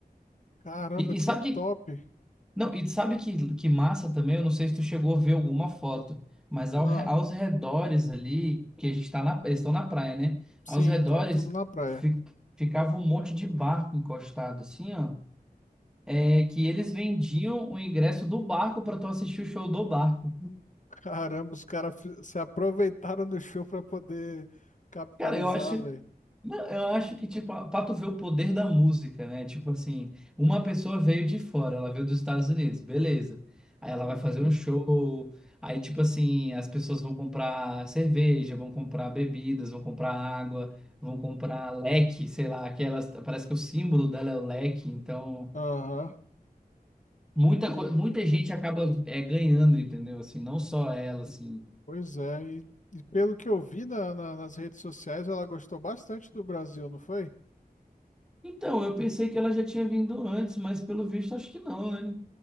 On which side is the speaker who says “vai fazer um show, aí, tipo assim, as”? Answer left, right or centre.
Centre